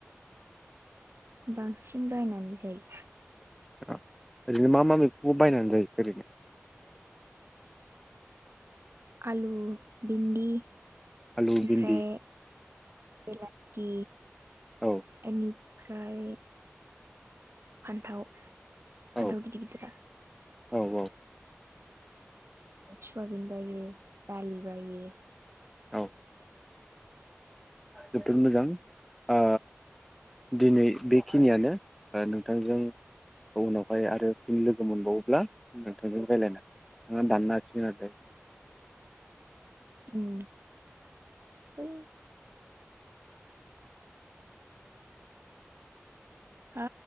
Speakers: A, on the right (about 60°); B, in the centre.
A: बांसिन बायनानै जायो
B: ओरैनो मा मा मैगंखौ बायनानै जायो ओरैनो
A: आलु भिन्दि
B: आलु
A: ओमफ्राय
B: भिन्दि
A: बेलाथि
B: औ
A: एनि ओमफ्राय फान्थाव फान्थाव
B: औ
A: गिदिर गिदिर आ
B: औ औ
A: सुवाबिन बायो दालि बायो
B: औ जोबोद मोजां ओ दिनै बेखिनियानो नोंथांजों उनावहाय आरोनि लोगो मोनबावोब्ला नोंथांजों रायज्लायनो हागोन नोंथाङा दाननो हासिगोन आरो दायो
A: उम बै हा